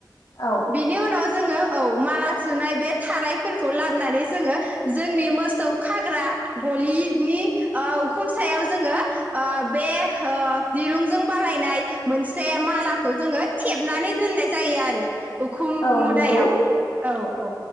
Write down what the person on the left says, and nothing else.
औ
औ
नंगौ